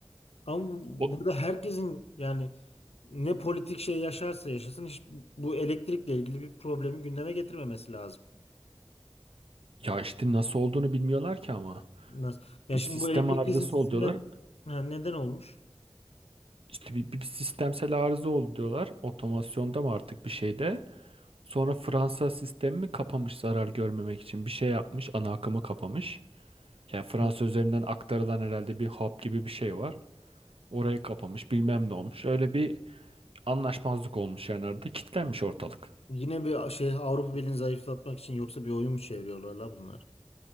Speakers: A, on the left; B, on the right.
A: Ama burada
B: O,
A: herkesin yani ne politik şey yaşarsa yaşasın hiç bu elektrikle ilgili bir problemi gündeme getirmemesi lazım.
B: ya işte nasıl olduğunu bilmiyorlar ki ama.
A: Nasıl? Ya
B: Bir
A: şimdi
B: sistem
A: bu elektrik
B: arızası
A: kesintisinden
B: ol diyorlar.
A: ha, neden olmuş?
B: İşte bir, bir sistemsel arıza oldu diyorlar. Otomasyonda mı artık bir şeyde. Sonra Fransa sistemi mi kapamış zarar görmemek için. Bir şey yapmış, ana akımı kapamış. Yani Fransa
A: Hı.
B: üzerinden aktarılan herhalde bir hap gibi bir şey var. Orayı kapamış bilmem ne olmuş. Öyle bir anlaşmazlık olmuş yani arada kilitlenmiş ortalık.
A: Yine bir şey Avrupa Birliği'ni zayıflatmak için yoksa bir oyun mu çeviriyorlar la bunlar?